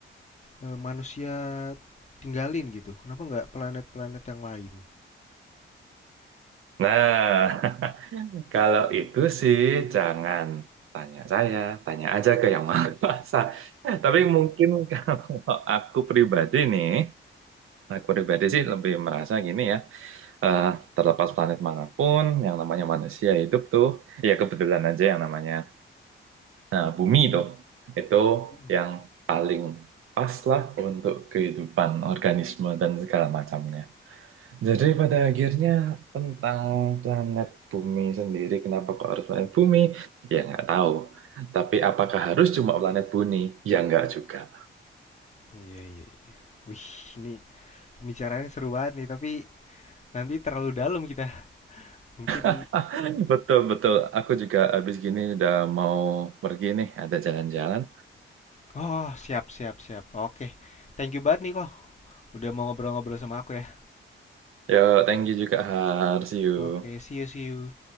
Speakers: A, on the left (about 35°); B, on the right (about 80°).
A: eh, manusia tinggalin gitu? Kenapa nggak planet-planet yang lain?
B: Nah, <laughs> Kalau itu sih jangan tanya saya, tanya aja ke yang maha <laughs> kuasa. Eh, Tapi mungkin <laughs> kalau aku pribadi nih, aku pribadi sih lebih merasa gini ya, eh, terlepas planet manapun, yang namanya manusia hidup tuh, ya kebetulan aja yang namanya eh, bumi tuh, itu
A: Mm-mm.
B: yang paling pas lah untuk kehidupan organisme dan segala macamnya. Jadi pada akhirnya tentang planet bumi sendiri, kenapa kok harus planet bumi? Ya nggak tahu. Tapi apakah harus cuma planet bumi? Ya nggak juga.
A: Iya, iya, iya. Wih, ini pembicaraannya seru banget nih, tapi nanti terlalu dalam kita. Mungkin...
B: <laughs> Betul, betul. Aku juga habis gini udah mau pergi nih, ada jalan-jalan.
A: Oh, siap, siap, siap. Oke. Thank you banget nih kok. Udah mau ngobrol-ngobrol sama aku ya.
B: Yo, thank you juga, Har. See you.
A: Oke, see you, see you.